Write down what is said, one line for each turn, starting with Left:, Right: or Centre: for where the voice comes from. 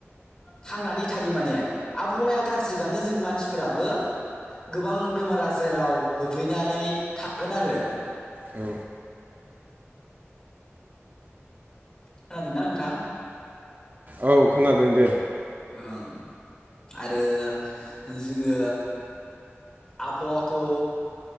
Left: थांनानै थायो माने आबहावाया गाज्रिबानो जों मानसिफोराबो गोबां बेमार आजाराव गोग्लैनानै थागोन आरो।
Right: औ।
Left: खोनादों ना नोंथां।
Right: औ खोनादों दे।
Left: ओं आरो जोङो आबहावाखौ